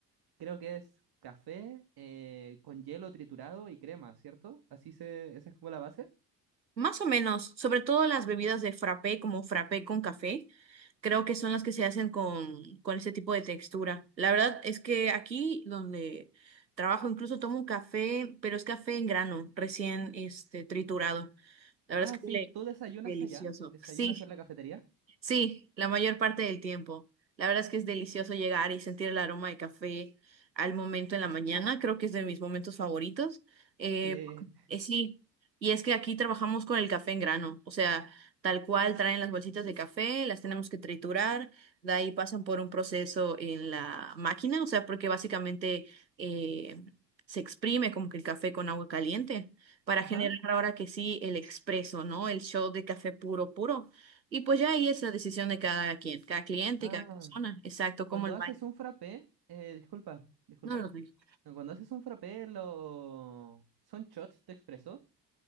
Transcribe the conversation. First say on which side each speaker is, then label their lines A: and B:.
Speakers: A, on the right; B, on the right.
A: Creo que es café eh, con hielo triturado y crema, ¿cierto? Así se, esa es como la base.
B: Más o menos, sobre todo las bebidas de frappé, como frappé con café, creo que son las que se hacen con, con ese tipo de textura. La verdad es que aquí donde trabajo incluso tomo un café, pero es café en grano, recién este, triturado. La
A: Ah,
B: verdad es
A: sí,
B: que huele
A: ¿tú desayunas
B: delicioso.
A: allá? ¿Desayunas
B: Sí.
A: en la cafetería?
B: Sí, la mayor parte del tiempo. La verdad es que es delicioso llegar y sentir el aroma de café al momento en la mañana. Creo que es de mis momentos favoritos. Eh,
A: Sí.
B: eh, sí, y es que aquí trabajamos con el café en grano. O sea, tal cual traen las bolsitas de café, las tenemos que triturar, de ahí pasan por un proceso en la máquina. O sea, porque básicamente eh, se exprime como que el café con agua caliente para
A: Ajá.
B: generar ahora que sí el expreso, ¿no? El shot de café puro, puro. Y pues ya ahí es la decisión de cada quien, cada cliente
A: Ah,
B: y cada persona. Exacto,
A: cuando
B: cómo el
A: haces
B: baño.
A: un frappé, eh, disculpa, disculpa.
B: No lo sé.
A: No, Cuando haces un frappé, lo... ¿Son shots de expreso?